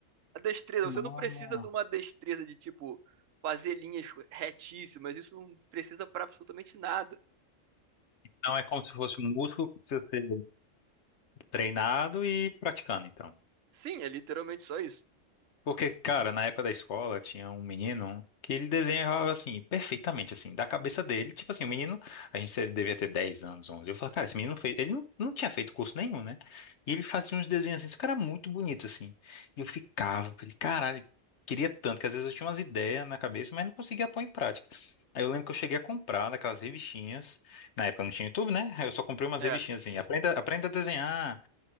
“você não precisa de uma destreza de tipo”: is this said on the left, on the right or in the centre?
Right